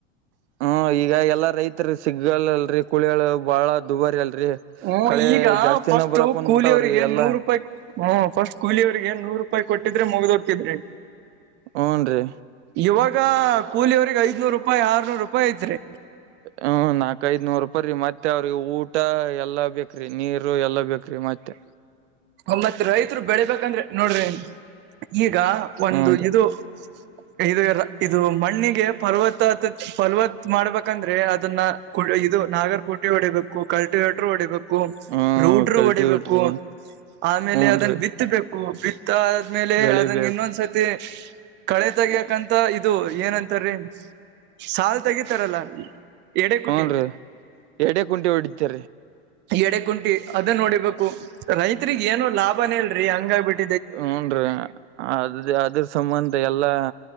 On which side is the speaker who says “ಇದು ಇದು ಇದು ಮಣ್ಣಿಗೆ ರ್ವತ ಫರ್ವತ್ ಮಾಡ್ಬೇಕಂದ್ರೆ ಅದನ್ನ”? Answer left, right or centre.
Right